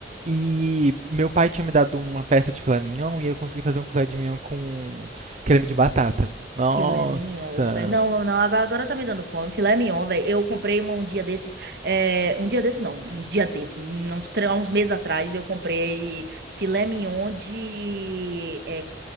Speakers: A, on the right (about 40°); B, on the right (about 60°).
A: E meu pai tinha me dado uma peça de filé mignon e eu consegui fazer um filé de mignon com creme de batata. Nossa!
B: Filé mignon, velho. Não, não, agora, agora tá me dando fome. Filé mignon, velho. Eu comprei um, um dia desses. é, um dia desses, não. Um dia desses. hum, Uns, tre- uns meses atrás, eu comprei filé mignon de. é,